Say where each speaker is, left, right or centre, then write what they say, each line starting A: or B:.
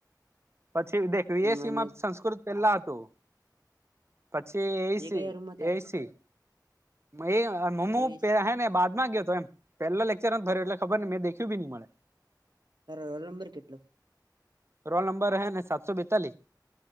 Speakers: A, on the right (about 35°); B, on the right (about 80°).
A: પછી દેખ વીએસી
B: એમાં
A: માં સંસ્કૃત પેલા હતું પછી
B: એ
A: એસી
B: કયા રૂમમાં તારે
A: એસી એ મમ્મુ
B: એસ
A: પે હે ને બાદમાં ગયો હતો એમ પેલા લકચર ભર્યો એલે ખબર નેં દેખયુ નઈ મળે
B: તારો રોલ નંબર કેટલો
A: રોલ નંબર હે ને સાતસો બેતાલીસ